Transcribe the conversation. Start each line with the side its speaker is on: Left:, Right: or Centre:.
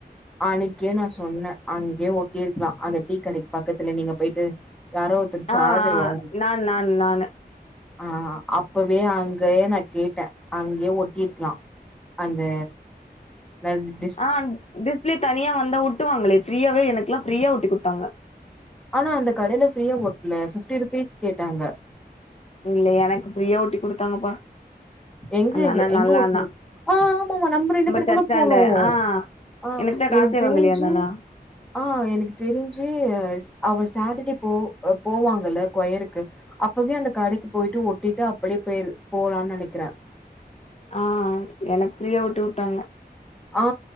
Centre: அன்னைக்கே நா சொன்னே அன்னைக்கே ஒட்டிருக்கலா அந்த டீ கடைக்கு பக்கத்துல நீங்க போயிட்டு யாரோ ஒருத்தர் சார்ஜர்
Left: ஆ ஆ
Centre: வயரு
Left: நான் நான் நானு
Centre: ஆ அப்பவே அங்கயே நா கேட்டே அங்கயே ஒட்டிருக்கலா அந்த வந்துனு
Left: ஆ டிஸ்பிளே தனியா வந்தா ஒட்டுவாங்களே ஃப்ரீயாவே எனக்குல்லா ஃப்ரீயா ஒட்டி குடுத்தாங்க
Centre: ஆனா அந்த கடையில ஃப்ரீயா ஒட்ல ஃபிஃப்டி ருபீஸ் கேட்டாங்க
Left: இல்ல எனக்கு ஃப்ரீயா ஒட்டி குடுத்தாங்கப்பா
Centre: எங்க
Left: அந்த அண்ணா
Centre: எங்க
Left: நல்லா
Centre: ஒட்னீங்
Left: அண்ணா
Centre: ஆ ஆமா ஆமா நம்ம ரெண்டு பேரு
Left: சர்ச்சாண்ட
Centre: தான போனோ
Left: ஆ
Centre: ஆ
Left: எனக்குதா காசே
Centre: எனக்கு தெரிஞ்சு
Left: வாங்கலையா அந்த அண்ணா
Centre: ஆ எனக்கு தெரிஞ்சு ஸ் அவ சாட்டர்டே போ போவாங்கல்ல கொயருக்கு அப்பவே அந்த கடைக்கு போயிட்டு ஒட்டிட்டு அப்டியே பேய்ர் போலான் நெனைக்கிறே
Left: ஆ எனக்கு ஃப்ரீயா ஒட்டி வுட்டாங்க
Centre: ஆ